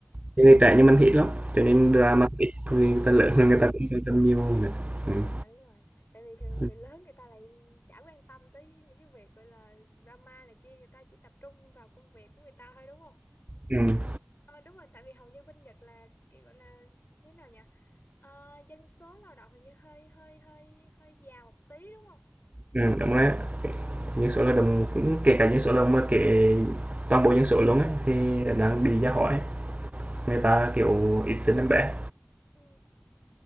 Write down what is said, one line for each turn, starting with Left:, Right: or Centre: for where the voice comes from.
Right: chứ người trẻ như mình thì ít lắm, cho nên
Left: ừ
Right: drama ít, Thôi người
Left: ồ
Right: ta lớn rồi người ta cũng quan tâm nhiều nữa. Ừm,
Left: À đúng rồi, tại vì thường
Right: ừm,
Left: người lớn người ta lại chả quan tâm tới những cái việc gọi là drama này kia, người ta chỉ tập trung vào công việc của người ta thôi đúng không?
Right: ừm,
Left: Ờ đúng rồi, tại vì hầu như bên Nhật là cái gọi là như thế nào nhỉ? Ờ, dân số lao động hình như hơi hơi hơi hơi già một tí đúng không?
Right: ừm, ừm, đúng đấy. những số lao động cũng kể cả những số lao động mà kể toàn bộ những số luôn ấy thì đang bị ra hỏi. người ta kiểu ít sinh em bé
Left: Ừ.